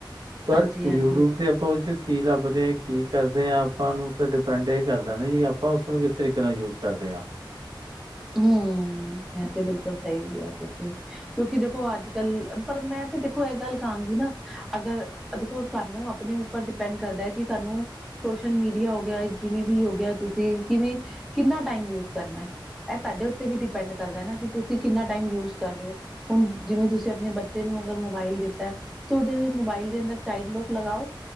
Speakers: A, on the right; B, in the centre.
A: ਪਰ
B: ਹਾਂਜੀ
A: ਯੂਟੂਬ
B: ਹਾਂਜੀ
A: ਤੇ ਆਪਾਂ ੳਰੇ ਚ ਕੀ ਲੱਭਦੇ ਆ, ਕੀ ਕਰਦੇ ਆਂ ਆਪਾਂ ਨੂੰ ਫਿਰ ਡਿਪੈਂਡ ਏਹ ਕਰਦਾ ਨਾ ਜੀ ਆਪਾਂ ੳਸਨੂੰ ਕਿਸ ਤਰੀਕੇ ਨਾਲ ਯੂਜ ਕਰਦੇ ਆਂ।
B: ਹੂੰ, ਐ ਤੇ ਬਿਲਕੁਲ ਸਹੀ ਵੀ ਏ ਤੁਸੀ ਕਿਉਂਕਿ ਦੇਖੋ ਅੱਜ-ਕਲ ਪਰ ਮੈਂ ਤੇ ਦੇਖੋ ਏਹ ਗੱਲ ਕਾਂਗੀ ਨਾ ਅਗਰ ਦੇਖੋ ਸਾਨੂੰ ਅਪਨੇ ਉਪਰ ਡਿਪੈਂਡ ਕਰਦਾ ਐ ਕਿ ਸਾਨੂੰ ਸੋਸ਼ਲ ਮੀਡੀਆ ਹੋ ਗਿਆ ਜਿਵੇਂ ਵੀ ਹੋ ਗਿਆ ਤੁਸੀਂ ਕਿਵੇਂ ਕਿਨਾ ਟਾਈਮ ਯੂਜ ਕਰਨਾ। ਐ ਸਾਡੇ ਉਤੇ ਵੀ ਡਿਪੈਂਡ ਕਰਦਾ ਨਾ ਕਿ ਤੁਸੀ ਕਿਨਾ ਟਾਈਮ ਯੂਜ ਕਰ ਰਏ ੳ। ਹੁਨ ਜਿਵੇਂ ਤੁਸੀ ਅਪਨੇ ਬੱਚੇ ਨੂੰ ਅਗਰ ਮੋਬਾਇਲ ਦਿੱਤਾ ਤੇ ੳਦੇ ਮੋਬਾਇਲ ਦੇ ਅੰਦਰ ਚਾਈਲਡ ਲੌਕ ਲਗਾਓ,